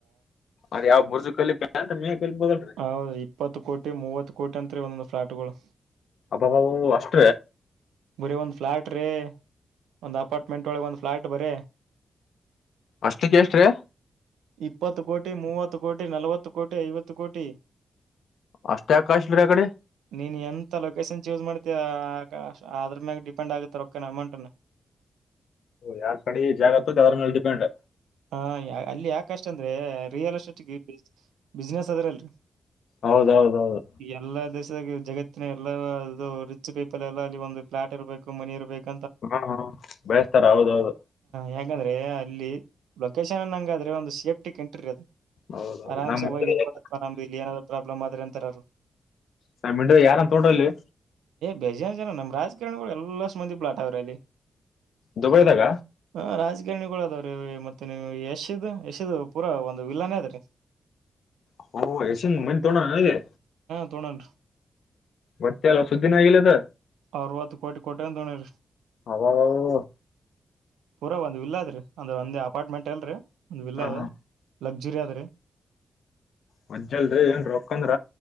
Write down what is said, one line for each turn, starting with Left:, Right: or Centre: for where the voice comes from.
Left: ಅದ್ ಯಾವ ಬುರ್ಜು ಕಲಿ ಪ್ಯಾಂಟ್ ಮೇ ಕಲಿಬೋದಲ್ರಿ
Right: ಹ್ರ ಇಪ್ಪತ್ತು ಕೋಟಿ ಮೂವತ್ತು ಕೋಟಿ ಅಂತ ಅತ್ತ ಬಂದು ್ಲಾಟಗಳು
Left: ಅಬ್ಬಾವವು ಅಷ್ಟ
Right: ಬರ ಒಂದ್ ಫ್ಲಾಟ್ ರೀ ಒಂದ್ ಅಪಾರ್ಟ್ಮೆಂಟ್ ಒಳಗೆ ಒಂದ್ ಫ್ಲಾಟ್ ಬರ
Left: ಅಷ್ಟಕ್ಕೆ ಎಷ್ಟ್ರಿ
Right: ಇಪ್ಪತ್ತು ಕೋಟಿ ಮೂವತ್ತು ಕೋಟಿ ನಲವತ್ತು ಕೋಟಿ ಐವತ್ತು ಕೋಟಿ
Left: ಅಷ್ಟೇ ಕಾಸ್ಟ್ಲಿ ಆ ಕಡೆ
Right: ನೀನ್ ಎಂತ ಲೊಕೇಶನ್ ಚೂಸ್ ಮಾಡ್ತೀಯ ಆದ್ರ ಮೇಲೆ ಡಿಪೆಂಡ್ ಆಗುತ್ತಾರೆ ಒನೆ ಅಮೌಂಟ್
Left: ಯಾರ್ ಕಡೆ ಜಾಗತ್ತ್ ಅವ್ರ ಮೇಲ್ ಡಿಪೆಂಡ್
Right: ಹಾ ಯ ಅಲ್ಲಿ ಯಾಕ ಅಷ್ಟ ಅಂದ್ರೆ ರಿಯಲ್ ಎಸ್ಟೇಟ್ಗೆ ಬಿಸ್ಿನೆಸ್ ಅದ್ರಲ್ರಿ
Left: ಹೌದೌದೌದು
Right: ಈ ಎಲ್ಲಾ ಜಗತ್ತಿನ ಎಲ್ಲ ಅದು ರಿಚ್ ಪೀಪಲ್ ಎಲ್ಲ ಅಲ್ಲಿ ಒಂದು ಪ್ಲಾಟ್ ಇರಬೇಕು ಮನಿ ಇರ್ಬೇಕು
Left: ಹಾ ಹಾ ಬೆಳೆಸ್ತಾರ ಹೌದೌದು
Right: ಯಾಂದ್ರೆ ಅಲ್ಲಿ ಲೊಕಾ ಂಗ ಅ್ರ ಒಂದು ಸೇಫ್ಟಿ ಕ ಎಂಟ್ರಿ ಅದು
Left: ಹೌದೌದು
Right: ಆರಾಮ್ಸೆ
Left: ನಮ್ ಇಂಡಿಯಾ-
Right: ಹೋಗಿರ್ಬೋದವಾ ನಮ್ದು ಇಲ್ಲಿ ಏನಾದ್ರು ಪ್ರಾಬ್ಲಮ್ ಆದ್ರೆ ಅಂತಾರರು
Left: ಸ ಮಿಂಡ ಯಾರಂತ ಡ್ರಲ್ಲಿ
Right: ಬೇಜಾರ ಜನ ನಮ್ ರಾಜಕಾರಣಿಗಳು ಎಲ್ಲ ಸು ಮಂದಿ ಪ್ಲಾಟ್ ಅವ್ರೆ ಅಲ್ಲಿ
Left: ದುಬೈದಾಗ
Right: ಹ ರಾಜಕಾರಣಿಗಳ ಅದಾವ್ರೀ ಮತ್ತೆ ನೀವು ಯಶಿದ್ ಎಶಿದ ಪೂರಾ ಒಂದು್ ವಿಲ್ಲಾನೇ ಅದೀ
Left: ಹ ಸಿ ಮುಮೆಟ್ ತೋ ನ ನಗೆ
Right: ತಡರ್
Left: ಬತ್ತೆಲ್ಲ ಸುದ್ದಿಿನಾಗಿಲ್ಲದ
Right: ಅರವತ್ತು ಕೋಟಿ ಕೊಟ ಅಂತ ತೋಣಿ ರರಿ
Left: ಅವಾಗವು
Right: ಪೂರಾ ಒಂದ್ ವಿಲ್ಲ ಅದ್ರೀ ಅಂದ್ರೆ ಒಂದ್ ಅಪಾರ್ಟ್ಮೆಂಟ್ ಎಲ್ರಿ ಒಂದ್ ವಿಲ್ಲ
Left: ಹಾ
Right: ಅದ
Left: ಹಾ
Right: ಲಗ್ಜುರಿ ಅಧಾರಿ
Left: ಮಜ್ಜಲ್ರರಿ ಏನ್ೀ ಒಕ್ಕಂದ್ರ